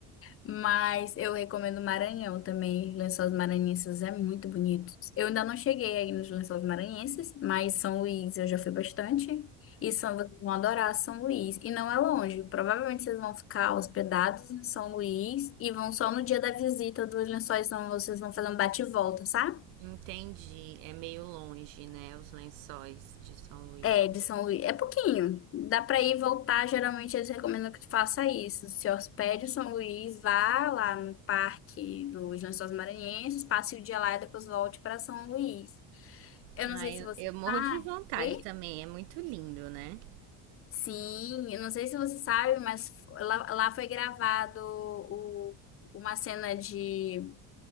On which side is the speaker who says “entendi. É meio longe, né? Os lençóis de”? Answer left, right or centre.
Right